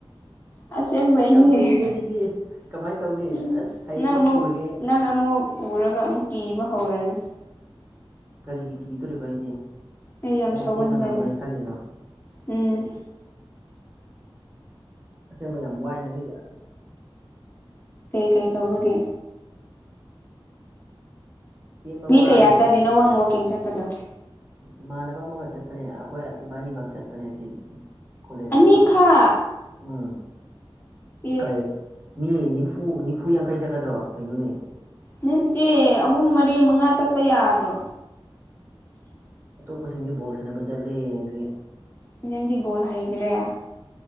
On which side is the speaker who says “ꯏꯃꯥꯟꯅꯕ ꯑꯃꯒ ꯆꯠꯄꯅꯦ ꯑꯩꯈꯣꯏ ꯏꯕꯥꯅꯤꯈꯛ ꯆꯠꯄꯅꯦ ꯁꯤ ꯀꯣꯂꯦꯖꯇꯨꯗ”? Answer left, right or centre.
Right